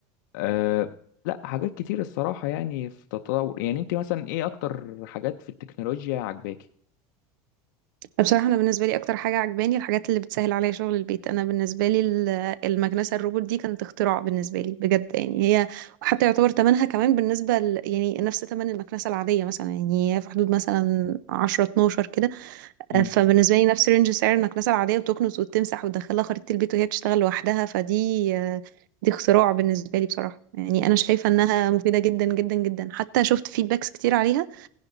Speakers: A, on the left (about 70°); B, on the right (about 85°).
A: أه لا حاجات كتير الصراحة يعني في تطور يعني انت مثلا ايه اكتر حاجات في التكنولوجيا عجباكي
B: بصراحة أنا بالنسبة لي أكتر حاجة عجباني الحاجات اللي بتسهل عليا شغل البيت أنا بالنسبة لي ال- المكنسة الروبوت دي كانت اختراع بالنسبة لي بجد يعني هي حتى يعتبر تمنها كمان بالنسبة ل... يعني نفس تمن المكنسة العادية مثلا يعني هي في حدود مثلا 10 12 كده
A: مم،
B: آه، فبالنسبة لي نفس رينج سعر المكنسة العادية وتكنس وتمسح وتدخلها خريطة البيت وهي بتشتغل لوحدها فدي آه، دي اختراع بالنسبة لي بصراحة يعني أنا شايفة إنها مفيدة جدا جدا جدا حتى شفت فيدباكس كتير عليها